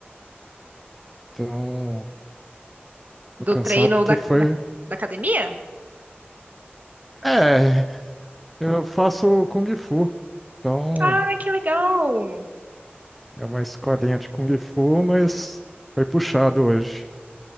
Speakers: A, in the centre; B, on the right.
A: então tô
B: Do
A: cansado
B: treino
A: porque
B: da,
A: foi.
B: da, da academia?
A: É, eu faço Kung Fu, então
B: Ah, que legal!
A: é uma escolinha de Kung Fu, mas foi puxado hoje.